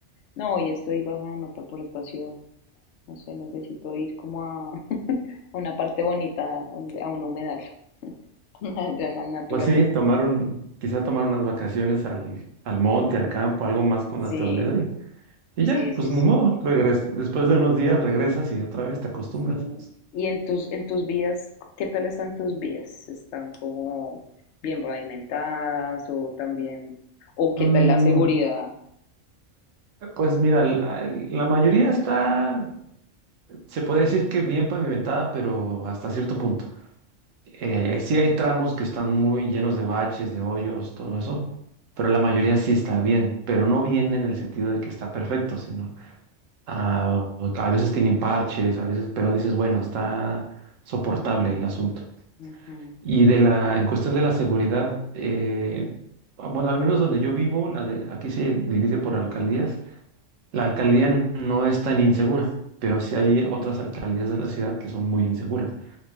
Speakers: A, on the left; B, on the right.
A: no, hoy estoy baja de nota por esta ciudad, no sé, necesito ir como a... a una parte bonita, a un a un humedal, <laughs> allá en la naturaleza.
B: Pues sí, tomar un, quizá tomar unas vacaciones al, al monte, al campo, algo más con
A: Sí,
B: naturaleza y, y
A: sí,
B: ya,
A: sí,
B: pues ni
A: sí,
B: modo, regres- después de unos días regresas y otra vez te acostumbras.
A: sí. ¿Y en tus, en tus vías, qué tal están tus vías? ¿Están como bien pavimentadas o también, o qué
B: Mm,
A: tal la seguridad?
B: Pues mira, la, la mayoría está, se puede decir que bien pavimentada, pero hasta cierto punto. Eh,
A: Ujú,
B: sí hay tramos que están muy llenos de baches, de hoyos, todo eso, pero la mayoría sí está bien, pero no bien en el sentido de que está perfecto, sino ah, a veces tienen parches, a veces, pero dices, bueno, está soportable el asunto.
A: ujú,
B: Y de la, en cuestión de la seguridad, eh, bueno, al menos donde yo vivo, la de, aquí se divide por alcaldías. La alcaldía
A: ujú,
B: no es tan insegura, pero sí hay otras alcaldías de la ciudad que son muy inseguras.